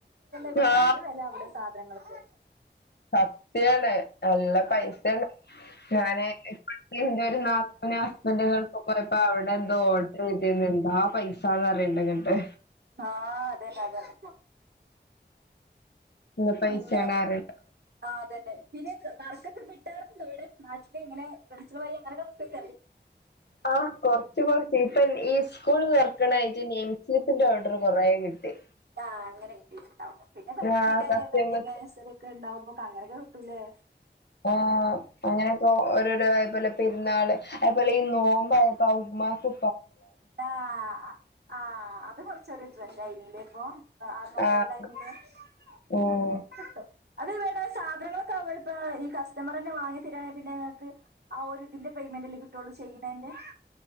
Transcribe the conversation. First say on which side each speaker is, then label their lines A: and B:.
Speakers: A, on the right; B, on the left.
A: ഇവിടത്താട്ടിലും
B: ആ
A: വില അവിടെയാ സാധ പാത്രങ്ങളക്കെ
B: സത്യാണ് നല്ല
A: അതെ
B: പൈസാണ് ഞാന് <inaudible> എന്റെ ഒരു നാത്തൂൻ്റെ ഹസ്ബൻഡ് ഗൾഫ് പോയപ്പോ അവിടെ എന്തോ ഓ ചെയ്തിന് എന്താ പൈസാന്ന് പറഞ്ഞിക്കിട്ട്
A: ആഹ് അതെല്ലേ അതെല്ല
B: നല്ല പൈസയാണ്
A: പിന്നെ
B: പറയണ്ട്.
A: ആ അതന്നെ പിന്നെയില്ലേ വർഷ വിട്ടാരുന്നല്ലേ അവിടെ നാട്ടില് ഇങ്ങനെ ഫ്രണ്ട്സുകള് അങ്ങോട്ട് <unintelligible>
B: ആ കൊറച്ച് കൊറച്ച് ഇപ്പൊ ഈ സ്കൂൾ തുർക്കണായിട്ട് നെയിം സ്ലിപ്പിന്റെ ഓർഡർ കൊറേ കിട്ടി
A: ആഹ് അങ്ങന കിട്ടിട്ടിണ്ടാവും പിന്നെ ബർത്ത്ഡേ
B: ആ കസ്റ്റമേഴ്സ്
A: വെഡിങ് അനിവേഴ്സറി ഒക്കെണ്ടാവുമ്പോ കളർകൾ ട്ടുല്ലേ
B: ആഹ് അങ്ങനക്കെ ഓരോരോ ഇതല്ലേ പെരുന്നാള് അയ്പോലെ ഈ നോമ്പായപ്പോ ഉമ്മാക്ക്
A: ആഹ് ആഹ് ആഹ് ആഹ് അ ത് കുറച്ചൊരു ട്രെന്റായിര്ന്നില്ലേ ഇപ്പൊ ആ നോമ്പിന്റെ
B: ആഹ്
A: ടൈമില്
B: ഉം
A: അങ്ങനെ കിട്ടും അതെവിടാ സാധനങ്ങളൊക്കെ അവര് ഇപ്പ ഈ കസ്റ്റമറന്നെ വാങ്ങി തരാങ്കി പിന്നെ ഇങ്ങക്ക് ആ ഒരു ഇതിന്റെ പേയ്മെന്റ്ല്ലേ കിട്ടുള്ളൂ ചെയ്യണേന്റെ